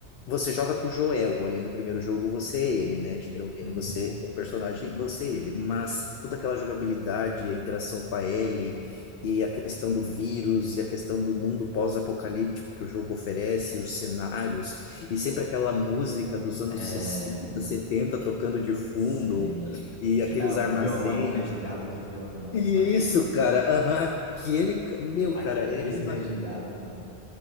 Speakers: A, on the left (about 65°); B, on the left (about 35°).
A: Você joga com o Joel ali no primeiro jogo, você é ele,
B: Uhum.
A: né? Geralmente,
B: Uhum.
A: você é o personagem, você é ele. Mas toda aquela jogabilidade, a interação com a Ellie, e a questão do vírus, e a questão do mundo pós-apocalíptico que o jogo oferece, os cenários, e sempre aquela música dos anos
B: É,
A: 60 70 tocando de fundo,
B: sim.
A: e
B: Que
A: aqueles
B: é o
A: armazéns.
B: violão, o dedilhado do violão,
A: Isso,
B: sabe?
A: cara, aham, aquele. ca- Meu,
B: Aque-
A: cara, é.
B: esse
A: uma
B: dedilhado, mano,